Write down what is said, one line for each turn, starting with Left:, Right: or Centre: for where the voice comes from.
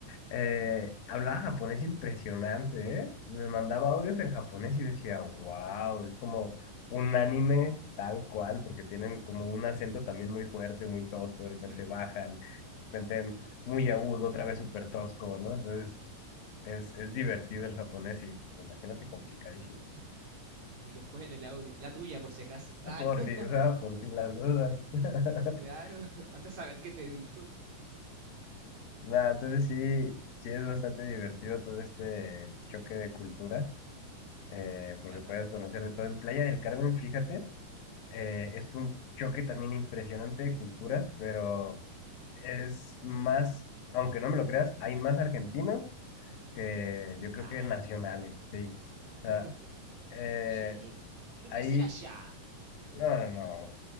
Left: eh, hablaba japonés impresionante, ¿eh? Me mandaba audios en japonés y yo decía, wow, es como un anime tal cual, porque tienen como un acento también muy fuerte, muy tosco, de repente
Right: Claro.
Left: bajan, de repente muy agudo, otra vez súper tosco, ¿no? Entonces es, es divertido el japonés y me imagino que complicadísimo.
Right: Y después en el audio, la tuya, por si acaso. Ah,
Left: ¿no? Por
Right: <laughs>
Left: si, o sea, por si las dudas. <laughs>
Right: claro. Anda a saber qué te dijo.
Left: Nah, entonces sí, sí es bastante divertido todo este choque de culturas, eh,
Right: Me
Left: porque
Right: encanta.
Left: puedes conocer de todo. En Playa del Carmen, fíjate, eh, es un choque también impresionante de culturas, pero es más, aunque no me lo creas, hay más argentinos que yo creo
Right: Ah.
Left: que nacionales, sí. O sea,
Right: <laughs>
Left: eh,
Right: Che, ¿pero
Left: hay,
Right: qué hacen allá?
Left: no, no, no,